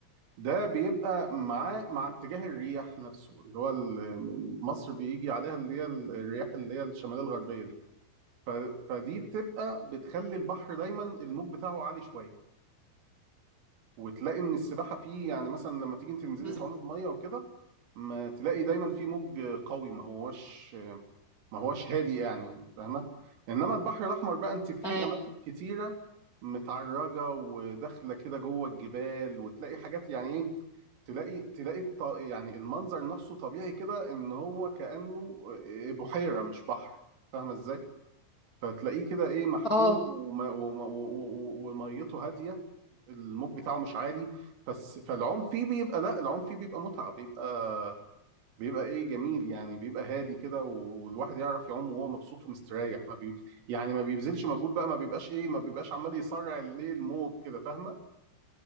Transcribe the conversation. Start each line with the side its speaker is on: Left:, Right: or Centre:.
Right: ده بيبقى مع مع اتجاه الرياح نفسه اللي هو ال- مصر بيجي عليها اللي هي ال- الرياح اللي هي الشماليه الغربيه دي ف- فدي بتبقى بتخلي البحر دايما الموج بتاعه عالي شويه وتلاقي ان السباحه فيه يعني مثلا لما تيجي تنزلي
Left: بس-
Right: تعومي بميه وكده ما تلاقي دايما في موج قوي ما هوش ما هوش هادي يعني فاهمه انما البحر الاحمر بقى انت فيه
Left: اه
Right: اماكن كتيره متعرجه وداخله كده جوه الجبال وتلاقي حاجات يعني ايه تلاقي تلاقي الط... يعني المنظر نفسه طبيعي كده ان هو كانه آه، بحيره مش بحر فاهمه ازاي فتلاقيه كده ايه محكوم
Left: آه.
Right: وما... وما... و- و- وميته هاديه الموج بتاعه مش عالي بس فالعوم فيه بيبقى لا العوم فيه بيبقى متعه بيبقى بيبقى ايه جميل يعني بيبقى هادي كده والواحد يعرف يعوم وهو مبسوط ومستريح ما بي يعني ما بيبذلش مجهود بقى ما بيبقاش ايه ما بيبقاش عمال يصارع الايه الموج كده فاهمه